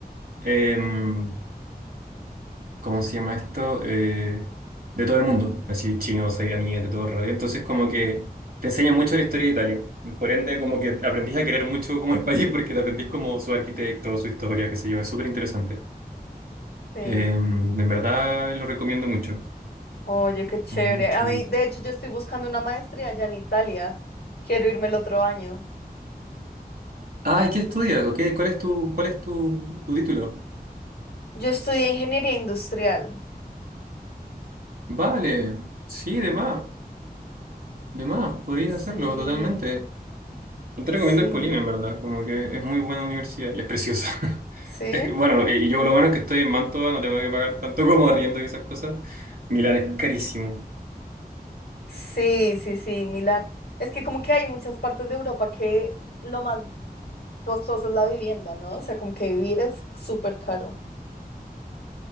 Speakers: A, on the right; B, on the left.
A: em, ¿cómo se llama esto? Eh, de todo el mundo, así chinos, iraníes, de todo el rollo. Entonces como que te enseña mucho de la historia de Italia, por ende como que aprendís a querer mucho como el <laughs> país porque te aprendís como su arquitecto, su historia, qué sé yo, es súper interesante.
B: Sí.
A: Em, en verdad lo recomiendo mucho.
B: Oye, qué chévere.
A: Mucho,
B: A mí, de hecho, yo estoy buscando una maestría allá en Italia. Quiero irme el otro año.
A: Ah, ¿y qué estudias? ¿Ok? ¿Cuál es tu, cuál es tu, tu título?
B: Yo estudié ingeniería industrial.
A: Vale, sí, de más, de más, podrías hacerlo
B: Sí,
A: totalmente. Yo te recomiendo
B: sí,
A: el Polim, en verdad, como que es muy buena universidad y es preciosa. <laughs>
B: sí.
A: Es que, bueno, y yo lo bueno es que estoy en Mantua, no tengo que pagar tanto como arriendo y esas cosas. Milán es carísimo,
B: Sí, sí, sí, Milán. Es que como que hay muchas partes de Europa que lo más costoso es la vivienda, ¿no? O sea, como que vivir es súper caro.